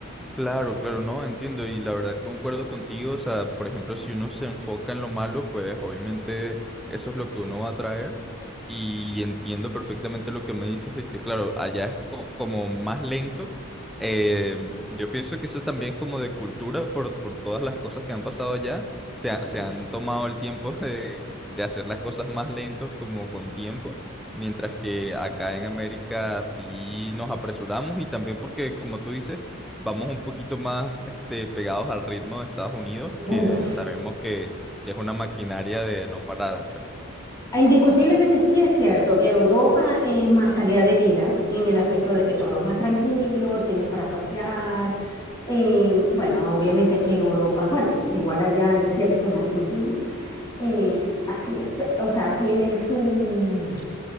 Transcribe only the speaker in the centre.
Claro, claro, no, entiendo y la verdad concuerdo contigo, o sea, por ejemplo, si uno se enfoca en lo malo, pues obviamente eso es lo que uno va a traer y entiendo perfectamente lo que me dices de que, claro, allá es co- como más lento. Eh, yo pienso que eso también es como de cultura por, por todas las cosas que han pasado allá, se,
ha- se han tomado el tiempo de, de hacer las cosas más lentos como con tiempo. Mientras que acá en América sí nos apresuramos y también porque, como tú dices, vamos un poquito más este, pegados al ritmo de Estados Unidos,
que sabemos que, que es una maquinaria de no parar, pues.